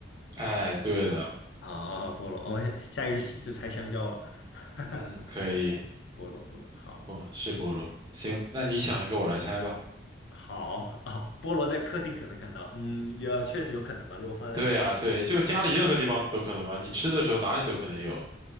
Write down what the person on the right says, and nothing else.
哎，对了，
嗯，可以，
不是菠萝，行，那你想一个，我来猜吧。
对啊，对，就家里任何地方你都可能吧，你吃的时候哪里都可能有。